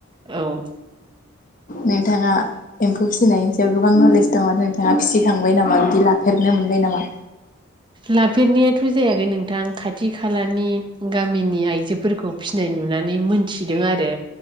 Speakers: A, on the right; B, on the left.
A: औ
B: नोंथाङा एम्फौ फिसनायनि सायाव गोबां नलेज दङ नोंथाङा फिसिखांबाय नामा बिदि लाफेरनो मोनबाय नामा?
A: लाफेरनायाथ जायाखै नोंथां खाथि खालानि गामिनि आइजोफोरखौ फिनाय नुनानै मोन थिदों आरो